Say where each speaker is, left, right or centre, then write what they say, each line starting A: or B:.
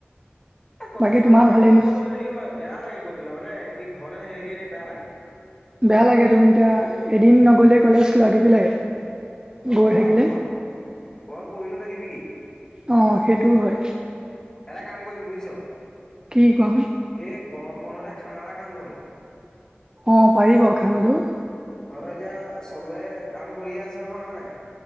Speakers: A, on the left (about 20°); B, on the right (about 20°).
A: এ কলেজখন
B: বাকী তোমাৰ
A: নাথাকিলেও
B: ভালেই ন?
A: আকৌ হেৰি হয় বেয়া লাগে গৈ পেলাই মানে। কি ঘৰতে থাকি থাকি এনে বেয়া লাগে?
B: বেয়া লাগে তোন এতিয়া এদিন নগলে কলেজ কোৱা কিবি লাগে।
A: অ
B: গৈ থাকিলে
A: আকৌ ঘৰত ঘৰত কৰি ন থাকিবি কি
B: অ সেইটোও হয়
A: এটা কাম কৰিম বুজিছ!
B: কি কোন
A: এই গৰম বন্ধতে খানা এটা খাম নহ'লে
B: অ' পাৰি বাৰু খানাটো।
A: অ নহয় এতিয়া চবে কাম কৰিয়ে আছো নহয় হয় নাই